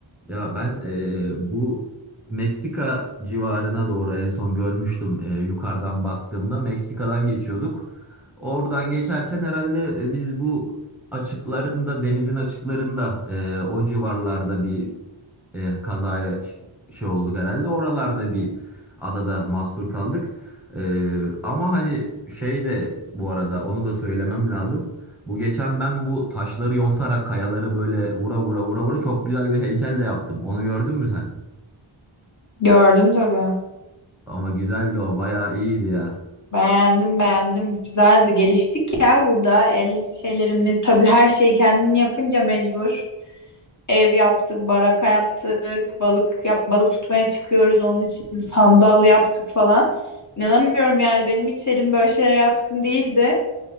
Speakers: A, in the centre; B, on the left.
A: Ya ben eee, bu Meksika civarına doğru en son görmüştüm eee, yukarıdan baktığımda. Meksika'dan geçiyorduk. Oradan geçerken herhalde e, biz bu açıklarında, denizin açıklarında eee, o civarlarda bir e, kazaya ş- şey olduk herhalde. Oralarda bir adada mahsur kaldık. E, ama hani şey de bu arada onu da söylemem lazım. Bu geçen ben bu taşları yontarak kayaları böyle vura vura vura vura çok güzel bir heykel de yaptım. Onu gördün mü sen?
B: Gördüm tabii.
A: Ama güzeldi o, bayağı iyiydi ya.
B: Beğendim, beğendim. Güzeldi. Geliştik ya burada. El şeylerimiz tabii her şeyi kendin yapınca mecbur. Ev yaptık, baraka yaptık, balık yap balık tutmaya çıkıyoruz. Onun için sandal yaptık falan. İnanamıyorum yani benim hiç elim böyle şeylere yatkın değildi.